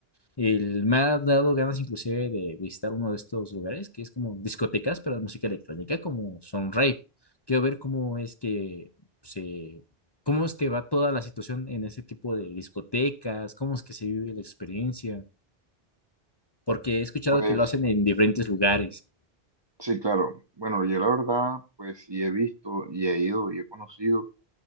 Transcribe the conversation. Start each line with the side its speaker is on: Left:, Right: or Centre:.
Left: El, me ha dado ganas inclusive de visitar uno de estos lugares que es como discotecas, pero de música electrónica, como Sunrave. Quiero ver cómo es que se, cómo es que va toda la situación en ese tipo de discotecas, cómo es que se vive la experiencia, porque he escuchado
Right: Pues,
Left: que lo hacen en diferentes lugares.
Right: sí, claro, bueno, yo la verdad, pues, sí he visto y he ido y he conocido,